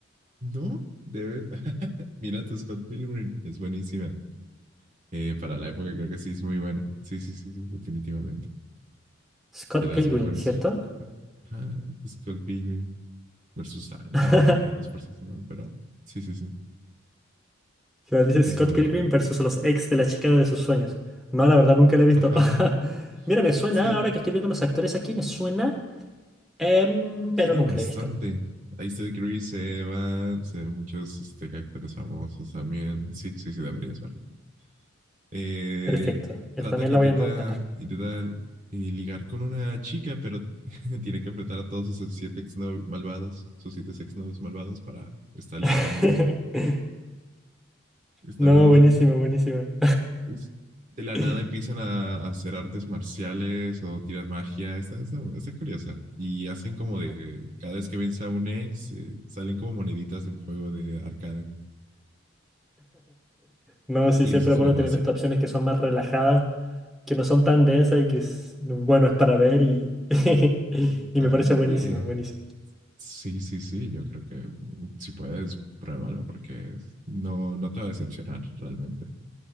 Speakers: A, on the right; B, in the centre.
A: No, debes. <laughs> Mírate, Scott Pilgrim. Es buenísima. Eh, para la época creo que sí es muy buena. Sí, sí, sí, sí, definitivamente.
B: Scott
A: De las
B: Pilgrim,
A: mejores.
B: ¿cierto?
A: Ajá, Scott Pilgrim versus... ah, No,
B: <laughs>
A: creo que las fuerzas de mal, pero sí, sí, sí.
B: Claro, dice
A: Es
B: Scott
A: muy
B: Pilgrim
A: buena.
B: versus los ex de la chica de sus sueños. No, la verdad, nunca la he visto.
A: Ajá,
B: <laughs>
A: ajá, ajá.
B: Mira, me suena,
A: Sí,
B: ahora que estoy viendo los actores aquí, me suena, em,
A: sí,
B: pero nunca
A: bastante.
B: la he visto.
A: Ahí está Chris Evans, eh, muchos este, actores famosos también. Sí, sí, sí, deberías verla. Eh,
B: Perfecto. Yo
A: trata
B: también
A: que
B: la
A: intenta,
B: voy a anotar.
A: intenta eh, ligar con una chica, pero <laughs> tiene que enfrentar a todos sus siete exnovios malvados, sus siete exnovios malvados para salir
B: <laughs>
A: con ella. Está
B: No,
A: muy buena.
B: buenísima, buenísima.
A: Us- De la
B: <laughs>
A: nada empiezan a, a hacer artes marciales o tiran magia. Está, está, está curiosa. Y hacen como de, cada vez que vence a un ex, eh, salen como moneditas de un juego de arcade.
B: No, sí,
A: Y
B: siempre
A: eso es
B: es bueno
A: lo básico.
B: tener estas opciones que son más relajadas, que no son tan densas y que es, bueno, es para ver y, <laughs> y
A: Bastante,
B: me parece buenísimo, buenísimo.
A: Sí, sí, sí, yo creo que mm, si puedes, pruébalo porque no, no te va a decepcionar realmente.